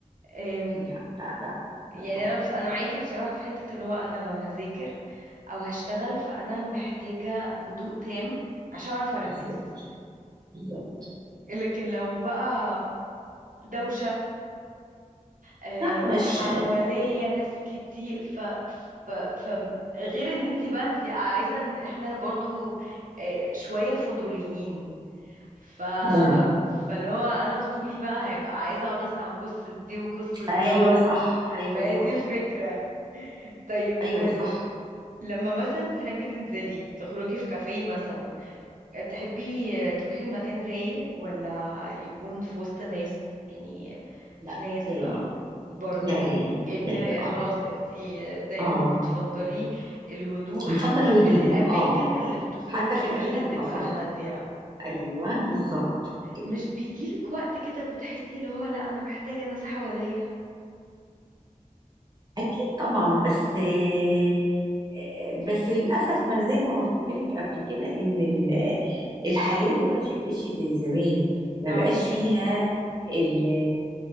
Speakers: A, on the right (about 85°); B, on the right (about 30°).
A: آم،
B: لا لا لا لا
A: يعني
B: طبعا
A: انا بس انا
B: لا
A: معاكي بصراحة في حتة اللي هو انا لو هذاكر او هشتغل فانا محتاجة هدوء تام عشان اعرف اركز
B: بالظبط بالظبط
A: لكن لو بقى دوشة آه،
B: لا مش
A: حواليا ناس كتير ف ف ف غير ان انت بقى انت عايزه احنا برضو آه، شويه فضوليين ف
B: مم.
A: فاللي هو انا فضولي بقى هيبقى عايزه اقعد اسمع قصه دي وقصه ده
B: ايوه
A: و...
B: صح ايوه
A: فهي
B: صح
A: دي الفكره طيب
B: ايوه
A: آه،
B: صح
A: لما مثلا بتحبي تنزلي تخرجي في كافيه مثلا تحبي تروحي المكان رايق ولا يكون في وسط ناس يعني في
B: لا
A: ناس
B: رايق
A: بقى برضو
B: لا رايق
A: انت
B: رايق
A: خلاص
B: اه
A: انت دايما
B: اه
A: بتفضلي الهدوء حتى
B: نفضل
A: في
B: هدوء
A: الاماكن
B: اه
A: اللي بتخرجي
B: حتى في
A: فيها
B: الاماكن
A: تبقى
B: اللي بخرجها
A: هادية
B: ايوه بالظبط كده
A: مش بيجيلك وقت كده بتحسي اللي هو لا انا محتاجة ناس حواليا
B: اكيد طبعا بس آه، آه، بس للاسف ما انا زي ما قلت لك قبل كده ان ال- الحياه دلوقتي ما بقتش زي زمان ما
A: اه
B: بقاش فيها ال